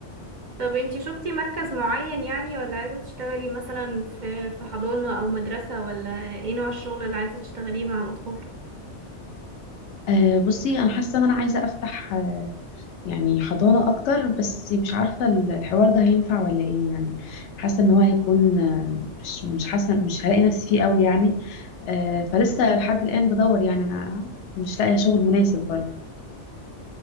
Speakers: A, on the right; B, on the left.
A: طب انتي شفتي مركز معين يعني ولا عايزة تشتغلي مثلا في في حضانة او مدرسة ولا ايه نوع الشغل اللي عايزة تشتغليه مع الاطفال
B: آه، بصي انا حاسه ان انا عايزه افتح آه، يعني حضانه اكتر بس مش عارفه ال- الحوار ده هينفع ولا ايه يعني حاسه ان هو هيكون آه، مش مش حاسه مش هلاقي نفسي فيه قوي يعني آه، فلسه لحد الان بدور يعني انا مش لاقيه شغل مناسب برضو